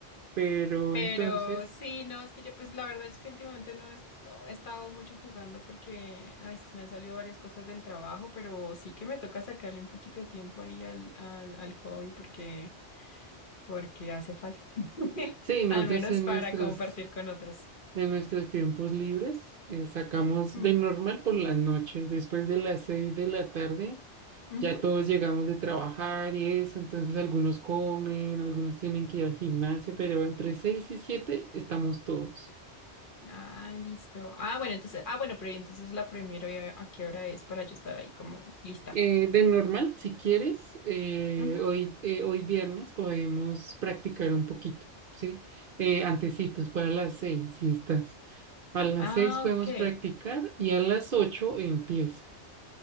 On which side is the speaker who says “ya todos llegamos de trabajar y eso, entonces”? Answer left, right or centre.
Right